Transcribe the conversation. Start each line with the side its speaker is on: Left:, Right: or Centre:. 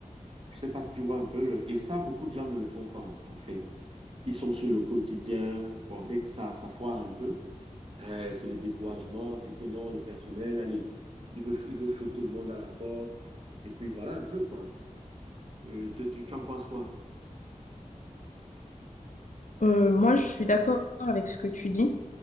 Right: Je sais pas si tu vois un peu le... Et ça, beaucoup de gens ne le font pas, en fait. Ils sont sur le quotidien. Bon, dès que ça, ça foire un peu, eh, c'est le découragement, c'est que non, le personnel, allez, il veut, il veut foutre tout le monde à la porte. Et puis voilà un peu, quoi. Euh, tu, tu- tu en penses quoi?
Left: Euh, moi, je suis d'accord avec ce que tu dis.